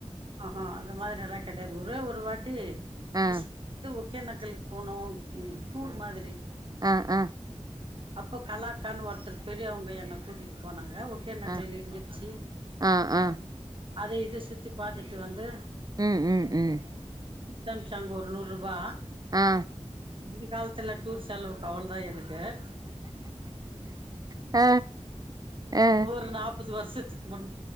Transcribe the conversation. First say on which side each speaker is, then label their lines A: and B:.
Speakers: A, on the right; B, on the right.
A: ஆஹா அந்த மாதிரிலா கெடையாது ஒரே ஒரு வாட்டி
B: ஆ
A: ஸ் ஓகே எனக் தெழுங் போனோ உம் பூர்
B: ஆ
A: மாதிரி
B: ஆ ஆ
A: அப்போ கலாக்கானு ஒருத்தவ்ங் பெரியவங்க என்ன கூட்டிட் போனாங்க ஓகேனக்கல்
B: ஆ
A: நீர் வீழ்ச்சி
B: ஆ ஆ
A: அத இத சுத்தி பாத்துட்டு வந்து
B: உம் உம் உம்
A: பங்ஷங் ஒரு நூற்ரூபா
B: ஆஹ்
A: இந்த காலத்துல டூர் செலவு பதுனஞ்சாயிர நிக்குது
B: ஆ ஆ
A: ஒரு நாப்பத் து வருஷத்துக்கு முன்